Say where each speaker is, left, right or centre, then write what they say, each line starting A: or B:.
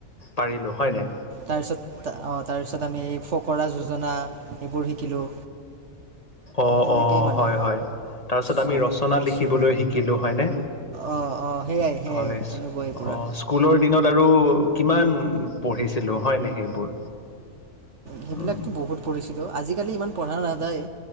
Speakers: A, on the left; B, on the right.
A: পাৰিলোঁ হয়নে।
B: তাৰপিছত অ তাৰপিছত আমি ফকৰা যোজনা এইবোৰ শিকিলোঁ।
A: অ
B: সেনেকেই
A: অ
B: মানে
A: হয় হয় তাৰপিছত আমি
B: চব
A: ৰচনা
B: বস্তু
A: লিখিবলৈ শিকিলো হয়নে,
B: অঁ অঁ সেয়াই সেয়াই
A: হয়
B: সেনেকুৱাই পূৰা
A: স্কুলৰ দিনত আৰু কিমান পঢ়িছিলো হয় নাই সেইবোৰ
B: সেইবিলাকতো
A: উ
B: বহুত পঢ়িছিলোঁ আজিকালি ইমান পঢ়া নাযায়